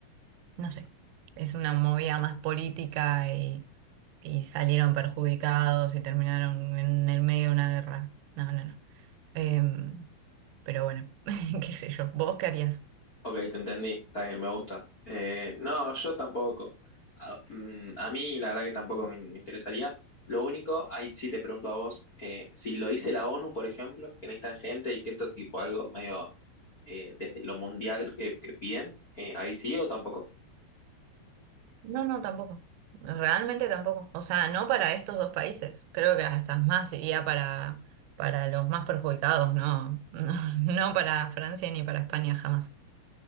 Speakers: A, on the right (about 90°); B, on the left (about 80°).
A: no sé, es una movida más política y, y salieron perjudicados y terminaron en el medio de una guerra. No, no, no. Em, pero bueno, <laughs> qué sé yo, ¿vos qué harías?
B: Ok, te entendí, está bien, me gusta. Eh, no, yo tampoco. A, mm, a mí la verdad que tampoco me, me interesaría. Lo único, ahí sí te pregunto a vos, eh, si lo dice la ONU, por ejemplo, que necesitan gente y que esto es tipo algo medio eh, desde lo mundial que, que piden? Eh, ¿ahí sí o tampoco?
A: No, no, tampoco. Realmente tampoco. O sea, no para estos dos países. Creo que hasta más iría para, para los más perjudicados, ¿no? <laughs> No, no para Francia ni para España jamás.